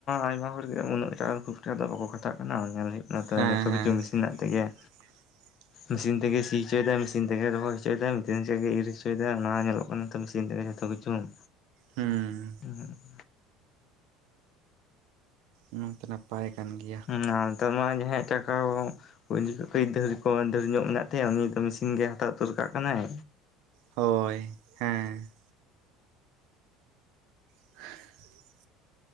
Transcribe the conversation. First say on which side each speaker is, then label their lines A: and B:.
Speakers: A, on the left; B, on the right.
A: ᱟᱭᱢᱟ ᱦᱚᱲ ᱜᱮ ᱩᱱᱟᱹᱜ ᱴᱟᱜ ᱠᱷᱩᱵᱠᱴᱟ ᱫᱚ ᱵᱟᱠᱚ ᱠᱷᱟᱴᱟᱜ ᱠᱟᱱᱟ ᱚᱱᱟ ᱧᱮᱞ ᱦᱩᱭᱩᱜ ᱠᱟᱱᱟ ᱚᱱᱟ ᱛᱮ
B: ᱦᱮᱸ
A: ᱡᱚᱛᱚ
B: ᱦᱮᱸ
A: ᱠᱤᱪᱷᱩ ᱢᱮᱥᱤᱱ ᱢᱮᱱᱟᱜ ᱛᱟᱭ ᱜᱮᱭᱟ
B: <unintelligible>
A: ᱢᱮᱥᱤᱱ ᱛᱮᱜᱮ ᱥᱤ ᱦᱚᱪᱚᱭᱮᱫᱟ ᱢᱮᱥᱤᱱ ᱛᱮᱜᱮ ᱨᱚᱦᱚᱭ ᱦᱚᱪᱚᱭ ᱮᱫᱟᱭ ᱢᱮᱥᱤᱱ ᱛᱮᱜᱮ ᱤᱨ ᱦᱚᱪᱚᱭ ᱮᱫᱟ ᱚᱱᱟ ᱧᱮᱞᱚᱜ ᱠᱟᱱᱟ ᱛᱚ ᱢᱮᱥᱤᱱ ᱛᱮᱜᱮ ᱠᱟᱢᱤ ᱪᱚᱝ
B: ᱦᱩᱸ
A: ᱦᱩᱸ
B: ᱚᱱᱟ ᱛᱮ ᱱᱟᱯᱟᱭ ᱠᱟᱱ ᱜᱮᱭᱟ
A: ᱱᱮᱛᱟᱨ ᱢᱟ ᱡᱟᱦᱟᱸᱭ ᱟᱜ ᱴᱟᱠᱟ ᱠᱚ ᱩᱱ ᱡᱚᱠᱷᱚᱱ ᱠᱤᱨᱤᱧ ᱧᱚᱜ ᱢᱮᱱᱟᱜ ᱛᱟᱭᱟ ᱩᱱᱤ ᱫᱚ ᱢᱮᱹᱥᱤᱱ ᱜᱮᱭ ᱦᱟᱛᱟᱣ ᱩᱛᱟᱹᱨ ᱠᱟᱜ ᱠᱟᱱᱟᱭ
B: ᱦᱳᱭ ᱦᱮᱸ <unintelligible>